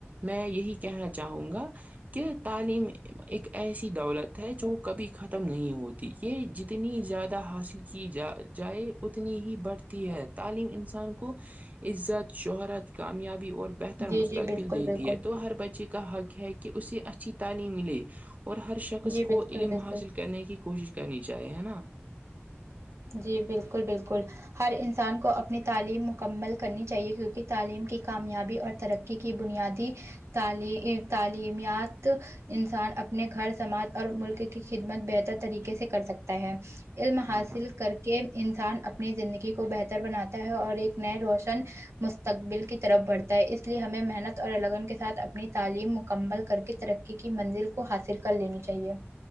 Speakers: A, on the right; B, on the right.
A: میں یہی کہنا چاہوں گا کہ تعلیم ایک ایسی دولت ہے جو کبھی ختم نہیں ہوتی یہ جتنی زیادہ حاصل کی جا جائے اتنی ہی بڑھتی ہے تعلیم انسان کو عزت شہرت کامیابی اور بہتر مستقبل
B: جی جی بالکل
A: دیتی
B: بالکل
A: ہے تو ہر بچے کو حق ہے کہ اسے اچھی تعلیم ملے اور ہر شخص
B: جی
A: کو
B: بالکل
A: علم
B: بالکل
A: حاصل کرنے کی کوشش کرنی چاہیے ہے نا
B: جی بالکل بالکل ہر انسان کو اپنی تعلیم مکمل کرنی چاہیے کیونکہ تعلیم کی کامیابی اور ترقی کی بنیادی تعلیمیات انسان اپنے گھر سماج اور ملک کی خدمت بہتر طریقے سے کر سکتا ہے علم حاصل
A: ہاں ہاں
B: کر کے انسان اپنی زندگی کو بہتر بناتا ہے اور ایک نئے روشن مستقبل کی طرف بڑھتا ہے اس لیے ہمیں محنت اور لگن کے ساتھ اپنی تعلیم مکمل کر کے ترقی کی منزل کو حاصل کر لینی چاہیے